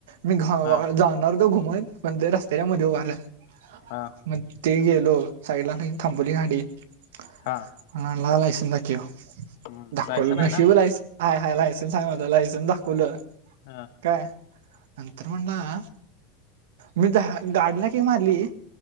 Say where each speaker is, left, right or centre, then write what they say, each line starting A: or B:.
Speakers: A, on the right; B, on the left.
A: मी घा
B: हां,
A: जाणार ो घुमो पण ते रस्तच्या मध्ये ऊभा रहा
B: हां,
A: मग लो साईडला हेइन थांबवली हेली ह..
B: हां,
A: लाला तिन क्यू
B: हं.
A: दाखवलं
B: लायसन आहे
A: नशी
B: ना?
A: वलायच लायसन झालं मझलायसन दाखवलं
B: हा
A: काय नंतर म्हणला मी द गाडीला कि मारली